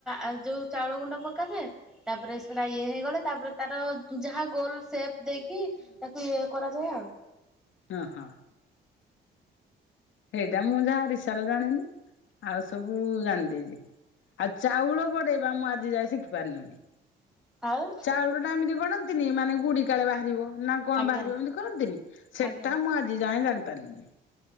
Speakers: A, in the centre; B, on the left.
A: ଆ ଯୋଉ ଚାଉଳ ଗୁଣ୍ଡ ପକାଯାଏ। ତାପରେ ସେଟା ଇଏ ହେଇଗଲେ ତାପରେ ତାର ଯାହା ଗୋଲ ସେପ ଦେଇକି ତାକୁ ଇଏ କରାଯାଏ ଆଉ।
B: ଅଁ ହଁ ସେଇଟା ମୁଁ ଯାହା ରିଶାର ଜାଣିନି ଆଉ ସବୁ ଜାଣିଦେଇଚି। ଆଉ ଚାଉଳ ଗଡେଇବା ମୁଁ ଆଜି ଯାଏ ଶିଖି ପାରଲିଣିି।
A: ଆଉ
B: ଚାଉଳ ଟା ଏମିତି ଗଡ଼ନ୍ତିନି ମାନେ ଗୁଡିକାଳେ ବାହାରିବ। ନା କଣ
A: ଆଜ୍ଞା
B: ବାହାରିବ ଏମିତି କରନ୍ତିନି ସେଟା
A: ଆଜ୍ଞା।
B: ମୁଁ ଆଜି ଯାଏ ଜାଣିପାରିଲିନି।